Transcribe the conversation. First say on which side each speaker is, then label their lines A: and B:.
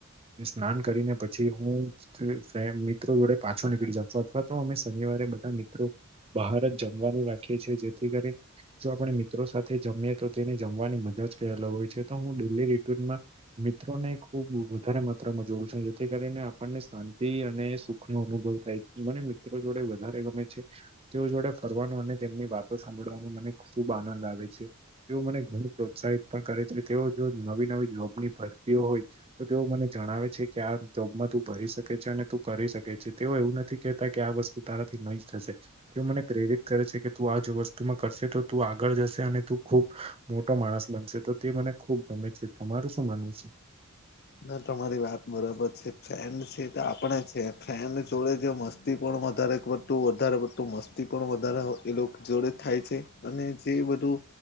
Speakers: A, on the right (about 25°); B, on the left (about 50°).
A: સ્નાન કરીને પછી હું ફ્રેન મિત્રો જોડે પાછો નીકળી જતો અથવા તો અમે શન વારે બધા મિત્રો બહાર જ જમવાનું રાખીએ છેએ જેથી કરી જો આપણે મિત્રો સાથે જમીએ તો તેને જમવાની મજા જ કલ હોય છે તો હું ડેલી રમાં મિત્રોને ખૂબ વધારે માત્રામાં જોવું છેું, જેથી કરીને આપણને શાંતિ અને સુખનો અનુભવ થાય મને મિત્રો જોડે વધારે ગમે છે. તેઓ જોડે ફરવાનું અને તેમની વાતો સાંભળવાનો મને ખુબ આનંદ આવે છે તેવ મને ઘણું પ્રસા સાહિત કરે છે તેઓ જો નવી નવી જોબની ભરતીઓ હોય તો તેઓ મને જણાવે છે કે આ જોબમાં તુ ભરી શકે છે અને તું કરી શકે છે તેઓ એવું નથી કેહેતા કે આ વસ્તુ તારાથી નહી જશે તે મને પ્રેરિત કરે છે કે તું આજ વસ્તુમાં કરશે તો તું આગળ જશે અને તું ખુબ મોટો માણસ બનશે તો તે મને ખુબ ગમે છે, તમારું શું માનવું છે?
B: ના તમારી વાત બરાબર છે ફેન છે તો આપણે છે ફન જોડે જો મસ્તી પણ વધારે વતું વધારે પતું મસ્તી પણ વધારે એ લોકો જોડે થાય છે અને જે બધું